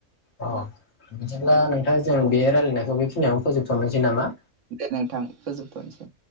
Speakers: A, on the left; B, on the right.
A: अ बिदिब्ला नोंथां जों बे रायलायनायखौ बेखिनियावनो फोजोबथ'नोसै नामा
B: दे नोंथां फोजोबथ'नोसै